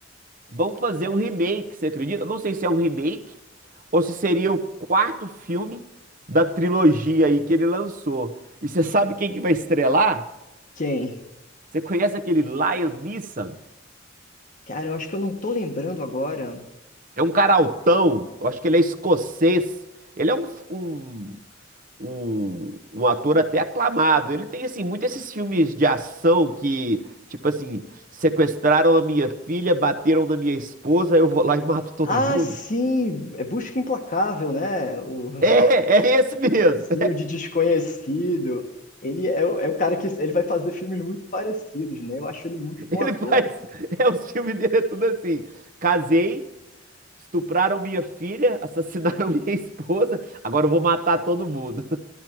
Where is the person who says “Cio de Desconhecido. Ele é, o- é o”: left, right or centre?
Left